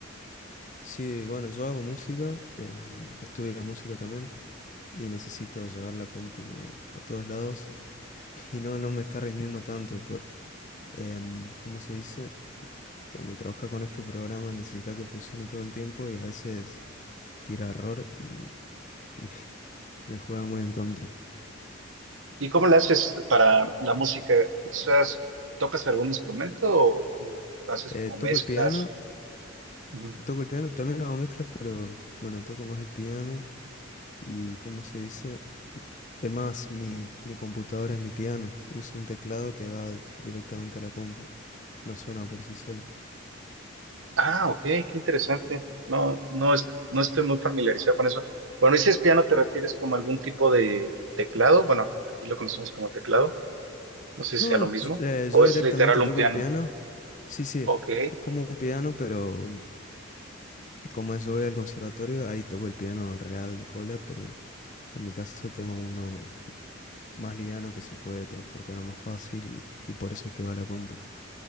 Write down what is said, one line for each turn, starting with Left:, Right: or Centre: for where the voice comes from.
Left: Sí, bueno, yo hago música, eh, estudio música también y necesito llevar la compu a todos lados <laughs> y no, no me está rindiendo tanto. Por, em, ¿cómo se dice? Cuando trabajas con estos programas necesitas que funcione todo el tiempo y a veces tira error y <laughs> me, me juega muy en contra.
Right: ¿Y cómo le haces para la música? ¿Usas, tocas algún instrumento o, o haces
Left: Eh,
Right: como
Left: toco
Right: mezclas?
Left: el piano,
Right: Ujú.
Left: toco el piano, también hago mezclas, pero bueno, toco más el piano y como se dice? Es más, mi, mi computadora es mi piano. Uso un teclado que va directamente a la compu. No suena por sí solo.
Right: Ah, ok, qué interesante. No, no es, no estoy muy familiarizado con eso. Cuando dices piano, ¿te refieres como a algún tipo de teclado? Bueno, aquí lo conocemos como teclado. No sé si
Left: No,
Right: sea lo mismo.
Left: s- eh,
Right: ¿O
Left: yo
Right: es
Left: directamente
Right: literal un
Left: toco
Right: piano?
Left: el piano. Sí, sí,
Right: Ok,
Left: es como un piano, pero eh, como yo voy al conservatorio, ahí toco el piano real de cola, pero en mi caso tengo uno más liviano que se puede transportar más fácil y, y por eso es que va a la compu,